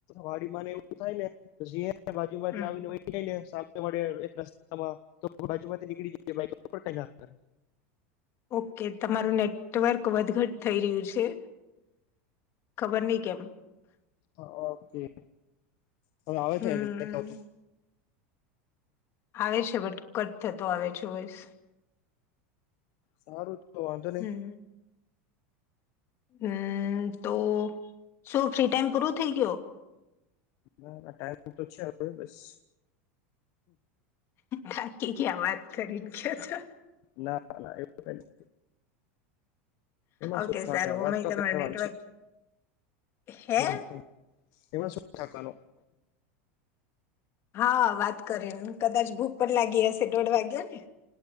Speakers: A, on the left; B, on the left.
A: વાડી ને એવું થાય નેી બાજુ માંથી
B: હમ
A: આવીને જ ને તમા એક રસ્તામાં તો બાજુમાં નીકળી જ બાકો કઈ નાે
B: ઓકે તમારું નેટવર્ક વધઘટ થઈ રહ્યું છે. ખબર નહીં કેમ.
A: ઓકે. હવે આવે
B: હમ
A: છે કે નથ આવતો?
B: આવે છે બટ કટ થતો આવે છે વસ
A: સારું તો વાંધો નઈ
B: હમ હમ તો શું ફ્રી ટાઈમ પૂરું થઇ ગયો
A: ના ના ટાઈમ તો છેવે બસ
B: થાકી ગયા આ વાત કરીને કયો છો
A: ના ના એવું કાંઈ નથ એમાં
B: ઓકે
A: શું થાકવાનું
B: સારું
A: વાત
B: અમે
A: તો
B: તમારું
A: કરવાની
B: નેટવર્ક
A: છે.
B: હે
A: હમ હમ એમાં શું થાકવાનું. <inaudible>
B: હા વાત કરીને કદાચ ભૂખ પણ લાગી હશે દોઢ વાગ્યો ને.